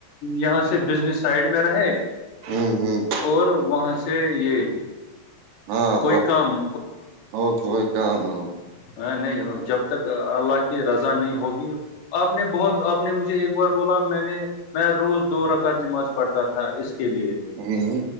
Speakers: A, on the left (about 70°); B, on the right (about 70°).
A: یہاں سے بزنس سائڈ میں رہے
B: ہوں ہوں
A: اور وہاں سے یہ
B: ہاںپ
A: کوئی کام
B: اوک کوئی کالہ
A: ہاں نہیں ہو جب تک اللہ کی رضا نہیں ہوگی آپ نے بہت آپ نے مجھے ایک بار بولا میں نے میں روز دو رقت نماز پڑتا تھا اس کے لیے
B: ھمم